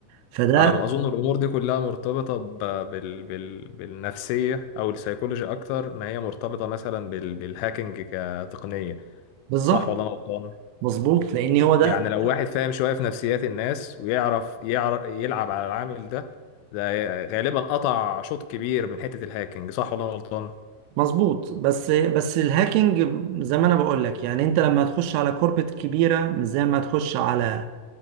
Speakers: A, on the right; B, on the left.
A: فده
B: على ما اظن الامور دي كلها مرتبطه ب- بال... بال... بالنفسيه او السيكولوجي اكتر ما هي مرتبطه مثلا بال... بالهاكينج كتقنيه
A: بالظبط
B: صح ولا انا غلطان
A: مظبوط لان هو ده
B: يعني لو واحد فاهم شويه في نفسيات الناس ويعرف يعرف يلعب على العامل ده ده غالبا قطع شوط كبير من حته الهاكينج صح ولا انا غلطان
A: مظبوط بس بس الهاكينج زي ما انا بقول لك يعني انت لما تخش على كوربت كبيره مش زي ما تخش على